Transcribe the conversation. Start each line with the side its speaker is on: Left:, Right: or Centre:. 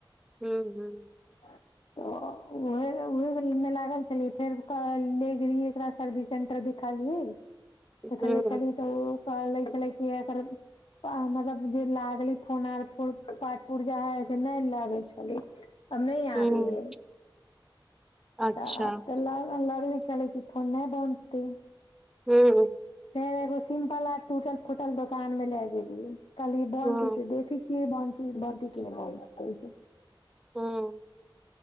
Centre: हूँ हूं।
Left: <inaudible> तऽ उहे उहे में लागल छलियै फेर नेने गेलियै एकरा सर्विस सेंटर देख। देखेलही
Centre: हूँ
Left: तऽ ओ कहै छलै कि एकर। मतलब जे लागलै फोन आर के पाट पुर्जा ऐ से नहि लागे छलै। आब नहि
Centre: हूँ
Left: आबैये।
Centre: अच्छा
Left: तऽ आब तऽ ल लगय छलै जे फोन नहि बनतै।
Centre: हूं।
Left: फेर एगो सिम्पल आर टूटल फूटल दोकान मे लए गेलि। कहलियै बनतै
Centre: हूँ
Left: त देखय छियै बनतै बनतै केना बनतै।
Centre: हूं।